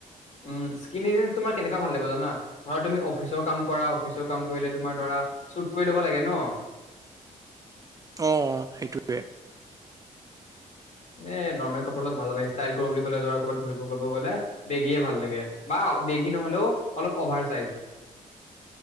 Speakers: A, on the left; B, on the right.
A: উম স্কিনজ তোমাৰ কেনেকুৱ ভাল লাগিব জানা ধৰা তুমি অফিচৰ কাম কৰা অফিচৰ কাম কৰিলে তোমাৰ ধৰা। ল ন।
B: অ ', সেইটোৱে।
A: <unintelligible> এ নৰ্মেল কাপোৰত ভাল নালাগে, ষ্টাইল কৰো বুলি ক'লে ধৰ ক'ৰবাত ঘূৰি কৰিব গ'লে বেগী। ল বেগ নহলে অলপ অভাৰ চ।